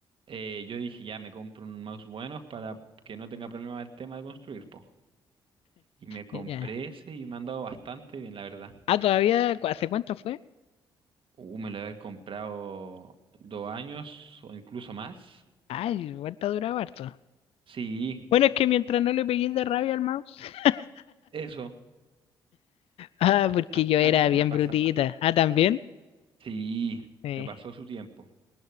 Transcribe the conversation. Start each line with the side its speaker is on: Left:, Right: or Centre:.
Right: eh, yo dije, ya me compro un mouse bueno para que no tenga problema el tema de construir, po. Y me compré
Left: Ya.
Right: ese y me han dado bastante bien, la verdad.
Left: Ah, todavía, ¿cu- ¿hace cuánto fue?
Right: Uh, me lo haber comprado dos años o incluso más.
Left: Ay, cuánto duraba harto.
Right: Sí,
Left: Bueno, es que mientras no le pegué de rabia al mouse. <laughs>
Right: eso.
Left: Ah, porque
Right: a-
Left: yo era
Right: antes
Left: bien
Right: me
Left: brutita.
Right: pasaba.
Left: Ah, también.
Right: Sí,
Left: Sí.
Right: me pasó su tiempo.